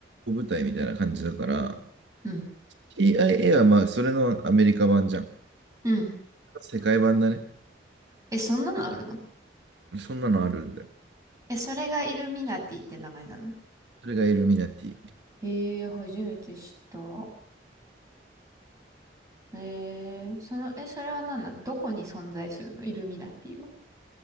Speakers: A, on the right; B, on the right.
A: 報部隊みたいな感じだから、
B: うん。
A: CIA はまあ、それのアメリカ版じゃん。
B: うん。
A: 世界版だね。
B: え、そんなのあるの
A: そんなのあるんだよ。
B: え、それがイルミナティって名前なの
A: それがイルミナティ。
B: ええー、初めて知った。ええー、その、え、それは何なのどこに存在するのイルミナティは。